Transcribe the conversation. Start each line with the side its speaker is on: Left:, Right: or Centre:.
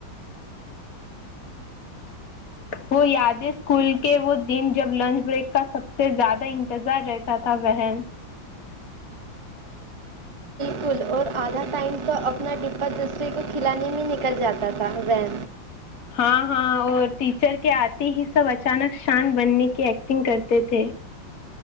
Left: وہ یادیں اسکول کے وہ دن جب لنچ بریک کا سب سے زیادہ انتظار رہتا تھا بن
Right: کل اور آدھا ٹائم تو اپنا ڈبہ دوسرے کو کھلانے میں نکل جاتا تھا وی
Left: ہاں ہاں اور ٹیچر کے آتے ہی سب اچانک شانت بننے کی ایکٹنگ کرتے تھے